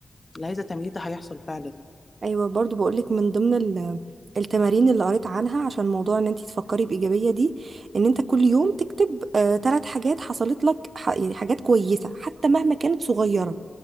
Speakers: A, on the left; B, on the right.
A: اللي عايزه تعمليه ده هيحصل فعلا
B: ايوه برضو بقولك من ضمن ال- التمارين اللي قريت عنها عشان موضوع ان انت تفكري بايجابيه دي ان انت كل يوم تكتب ثلاث حاجات حصلت لك ح- يعني حاجات كويسه حتى مهما كانت صغيره